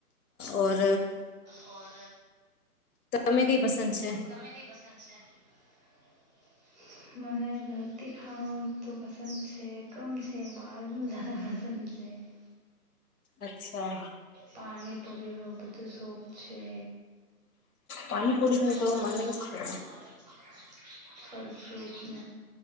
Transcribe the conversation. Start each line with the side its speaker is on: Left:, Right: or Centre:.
Left: ઓર
Right: ઓર
Left: તમે કઈ પસંદ છે?
Right: અમે કઈ પસંદ છે <unintelligible> મને રતી ખાણો તો પસંદ છે કમ છે બહારનું જ પ તજે <unintelligible>
Left: અચ્છા.
Right: પાણી પીરો બધું શોખ છે.
Left: પાણીપુરી નું તો
Right: પ <unintelligible>
Left: મને છે
Right: ફલ ફ્રૂટ ન